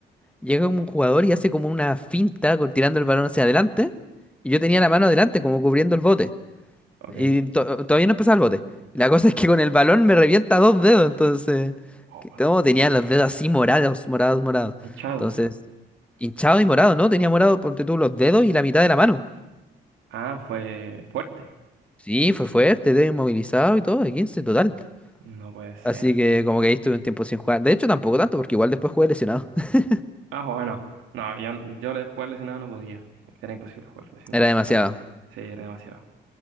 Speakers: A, in the centre; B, on the right.
A: Llega como un jugador y hace como una finta con- tirando el balón hacia adelante. Y yo tenía la mano adelante, como cubriendo el bote.
B: ok.
A: Y to- todavía no empezaba el bote. Y la cosa es que con el balón me revienta dos dedos. Entonces,
B: Oh,
A: que- no, tenía los dedos así morados, morados, morados.
B: hinchados.
A: Entonces, hinchado y morado, ¿no? Tenía morado, ponte tú, los dedos y la mitad de la mano.
B: Ah, fue fuerte.
A: Sí, fue fuerte, dedo inmovilizado y todo, de 15 total.
B: No puede ser.
A: Así que como que ahí estuve un tiempo sin jugar. De hecho, tampoco tanto, porque igual después jugué lesionado. <laughs>
B: Ah, joder, no. No, yo, no- yo le- jugar lesionado no podía. Era imposible jugar lesionado
A: Era demasiado.
B: de pádel. Sí, era demasiado.